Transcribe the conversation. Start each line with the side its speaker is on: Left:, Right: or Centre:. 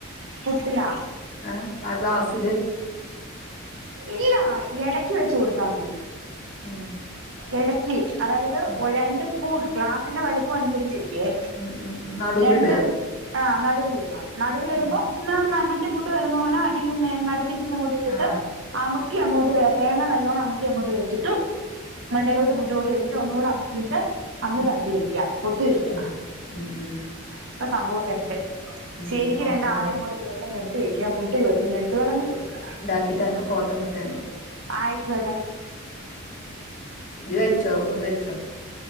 Right: പുട്ടിലോ
Left: ആഹ് ആ ഗ്ലാസ്സില്
Right: ഇല്ല എടക്ക് വെച്ച് കൊടുത്താ മതി
Left: ഉം
Right: ഇടയ്ക്ക് അതായത്
Left: ഉം
Right: രണ്ട് സ്പൂൺ ഗ്ലാസിന്റെ വലുപ്പം അനുസരിച്ച് ലെ
Left: ഉം ഉം ഉം നടുവില്
Right: രണ്ട്
Left: ഇടുക
Right: ആഹ് നടുവിലിടുക നടുവിലിടുമ്പോ
Left: ഉം
Right: മറ്റേ പുട്ട് വരുന്ന പോലെ അടിലും നടു ചില്ലും കൂടി ഇട്ടിട്ട്
Left: ആ
Right: അമ്മക്കി അങ്ങോട്ട് തേങ്ങ നല്ലോണ്ണം അമക്കി അങ്ങോട്ട് വെച്ചിട്ട് മണ്ടേയിലോട്ട് പുട്ട പൊടി വെച്ചിട്ട് ഒന്നൂ ആക്കയിട്ട് അങ്ങ്
Left: ഉം
Right: തട്ടി വെക്ക പൊത്തി വെക്ക
Left: ഉം ഉം ഉം
Right: അപ്പൊ സംഭവം സെറ്റ്
Left: ഉം
Right: ശരിക്ക്
Left: നോക്കണം
Right: രണ്ട് ആവി
Left: ഇനി
Right: അങ്ങോട്ട് കയറുമമ്പോൾ നിർത്തി വെക്ക പുട്ട് ചോദിക്കുമ്പോ എടുത്ത് വിളമ്പി കൊടുക
Left: ക്കീട്ട് അനക് ഫോട്ടം വിട്ട് തരണ്ട്
Right: ആയിക്കോട്ടെ
Left: ജ്ജ് കഴിച്ചോ ഫുഡ്‌ കഴിച്ചോ